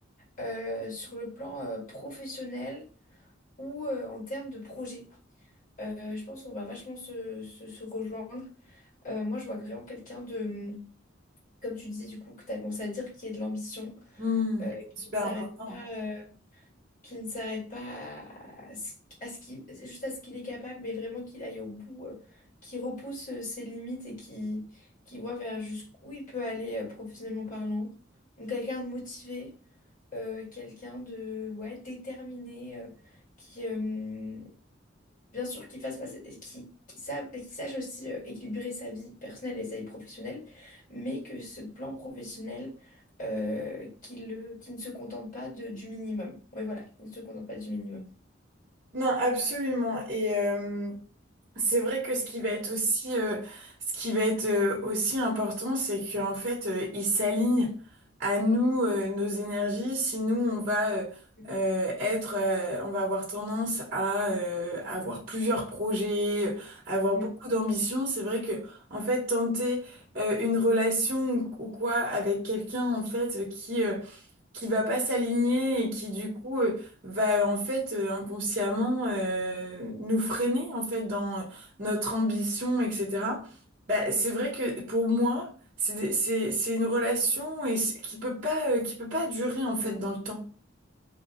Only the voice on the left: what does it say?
euh, sur le plan euh, professionnel ou euh, en termes de projet. Euh, je pense qu'on va vachement se, se- se rejoindre. Euh, moi, je vois vraiment quelqu'un de, comme tu disais du coup, que tu as commencé à dire, qui est de l'ambition,
euh, qui
ne s'arrête
pas, euh, qui ne s'arrête pas à, ce à ce qu'il, c'est juste à ce qu'il est capable, mais vraiment qu'il aille au bout, euh, qui repousse euh, ses limites et qui, qui voit vers jusqu'où il peut aller euh, professionnellement parlant. Donc quelqu'un de motivé, euh, quelqu'un de ouais, déterminé, euh, qui, euh, Bien sûr, qu'il fasse passer, qu'il qu'il sa- qu'il sache aussi euh, équilibrer sa vie personnelle et sa vie professionnelle, mais que ce plan professionnel, euh, qu'il le- qu'il ne se contente pas de- du minimum. Oui, voilà, qu'il ne se contente pas du minimum.
Mm,
mm.